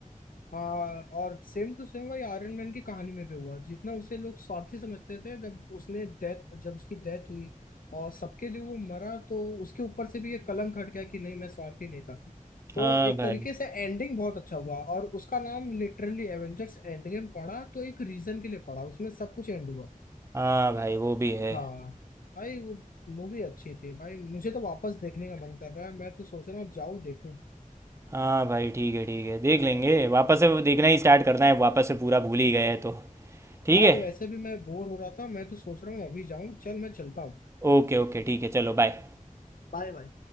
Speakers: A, on the left (about 80°); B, on the right (about 20°).
A: हाँ और सेम टू सेम भाई आयरन मैन की कहानी में भी हुआ जितना उसे लोग स्वार्थी समझते थे जब उसने डेथ जब उसकी डेथ हुई और सबके लिए वो मरा तो उसके ऊपर से भी ये कलंक हट गया कि नहीं मैं स्वार्थी नहीं था तो
B: हाँ
A: एक
B: भाई
A: तरीके से एंडिंग बहुत अच्छा हुआ और उसका नाम लिटरली एवेंजर्स एंड गेम पड़ा तो एक रीजन के लिए पड़ा उसमें सब कुछ एंड हुआ
B: हाँ भाई वो भी है
A: हाँ भाई वो मूवी अच्छी थी भाई मुझे तो वापस देखने का मन कर रहा है मैं तो सोच रहा हूँ जाऊँ देखूँ
B: हाँ भाई ठीक है ठीक है देख लेंगे वापस से वो देखना ही स्टार्ट करना है वापस से पूरा भूल ही गए हैं तो ठीक
A: भाई
B: है
A: वैसे भी मैं बोर हो रहा था मैं तो सोच रहा हूँ अभी जाऊं चल मैं चलता हूँ
B: ओके ओके ठीक है चलो बाय
A: Bye bye